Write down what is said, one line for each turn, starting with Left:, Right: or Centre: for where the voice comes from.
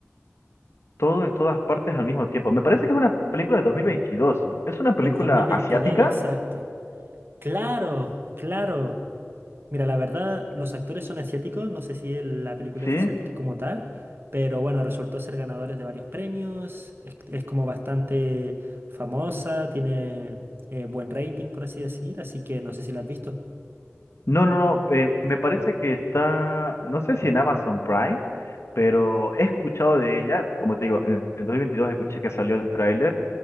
Left: Todo en todas partes al mismo tiempo. Me parece que es una película de 2022. ¿Es una película
Right: del 2022
Left: asiática?
Right: exacto. Claro, claro. Mira, la verdad, los actores son asiáticos, no sé si el- la película
Left: ¿Sí?
Right: es asiática como tal, pero bueno, resultó ser ganadores de varios premios, es, es como bastante famosa, tiene eh, buen rating, por así decir, así que no sé si la has visto.
Left: No, no, no. eh, me parece que está, no sé si en Amazon Prime, pero he escuchado de ella. Como te digo, en el 2022 escuché que salió el tráiler.